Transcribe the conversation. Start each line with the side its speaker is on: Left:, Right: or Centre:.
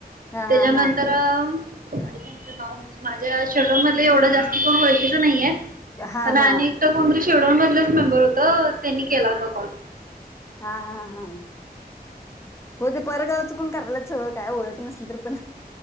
Left: हा
Right: त्याच्यानंतर
Left: हा हा
Right: काय त्यांचं नाव म्हणजे माझ्या श म एवढं जास्त कोण वळखच नाहीये
Left: हा हा
Right: प अनेकट कोरी शेवडमधलेच मेंबर होत त्यांनी केला होता कॉल
Left: हा हा हा होग ते परगावचं पण करायलाच हं काय नसल तर पण